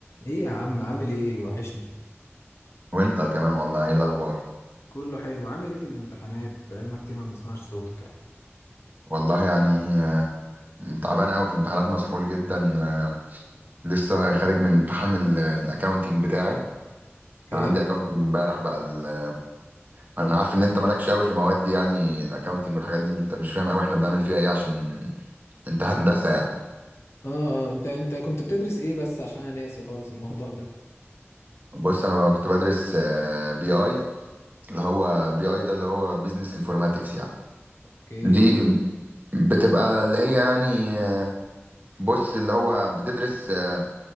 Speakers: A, on the left; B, on the right.
A: ايه يا عم عامل ايه وحشني
B: وانت كمان والله ايه الاخبار
A: كله حلو عامل ايه في الامتحانات بقالنا كتير ما بنسمعش صوتك يعني
B: والله يعني آه، تعبان قوي في الامتحانات مسحول جدا آه، لسه خارج من امتحان الاكاونتنج بتاعي
A: اوكي
B: كان عندي اكاونتنج امبارح بقى ال- انا عارف ان انت مالكش قوي في المواد دي يعني الاكاونتنج والحاجات دي انت مش فاهم قوي احنا بنعمل فيها ايه عشان انت هندسة يعني
A: اه اه انت انت كنت بتدرس ايه بس عشان انا ناسي خالص الموضوع ده
B: بص انا بقى كنت بدرس بي اي اللي هو بي اي ده اللي هو بيزنس انفورماتكس يعني
A: اوكي
B: دي بتبقى اللي هي يعني آه، بص اللي هو بتدرس آه،